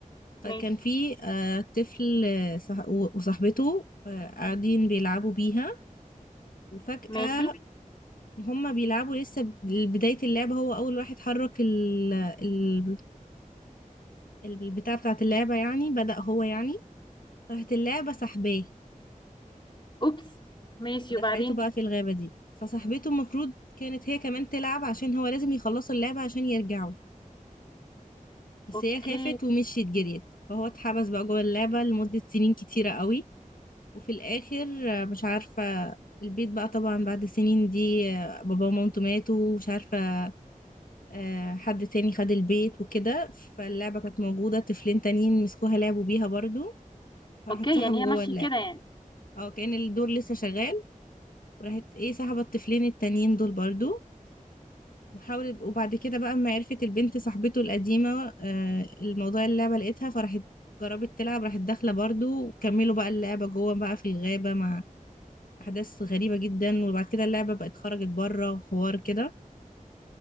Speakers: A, on the left; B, on the left.
A: فكان
B: ماشي
A: في آه، طفل آه، صح- و- وصاحبته آه، قاعدين بيلعبوا بيها وفجأة
B: ماشي
A: هما بيلعبوا لسه ب- بداية اللعبة هو أول واحد حرك ال- ال- البتاع بتاعة اللعبة يعني بدأ هو يعني راحت اللعبة سحباه
B: اوبس ماشي
A: ودخلته
B: وبعدين
A: بقى في الغابة دي فصاحبته المفروض كانت هي كمان تلعب عشان هو لازم يخلصوا اللعبة عشان يرجعوا بس
B: اوكي
A: هي خافت ومشيت جريت فهو اتحبس بقى جوه اللعبة لمدة سنين كتيرة قوي وفي الاخر آه، مش عارفه البيت بقى طبعا بعد سنين دي آه، بابا ومامته ماتوا ومش عارفه آه، حد تاني خد البيت وكده فاللعبه كانت موجوده طفلين تانيين مسكوها لعبوا بيها برضو فراحوا
B: اوكي
A: اتسحبوا
B: يعني هي ماشيه
A: جوه اللعبه
B: كده يعني
A: اه كان الدور لسه شغال وراحت ايه سحبت الطفلين التانيين دول برضو وحاولت وبعد كده بقى اما عرفت البنت صاحبته القديمه آه، الموضوع اللعبه لقيتها فراحت جربت تلعب راحت داخله برضو وكملوا بقى اللعبه جوه بقى في الغابه مع احداث غريبه جدا وبعد كده اللعبه بقت خرجت بره وحوار كده